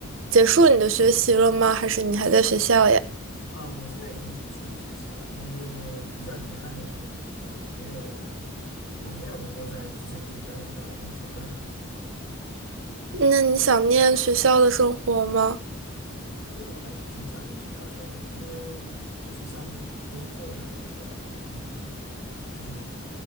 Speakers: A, on the right; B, on the left.
A: 结束你的学习了吗？还是你还在学校呀？
B: 啊，我现在已经结束学习了，但是比较遗憾的是，我没有我没有能够在计算机的专业里找到工作。<laughs>
A: 那你想念学校的生活吗？
B: 对，我还是挺想念学校生活的，因为就是相比于工作上的这个，嗯，就是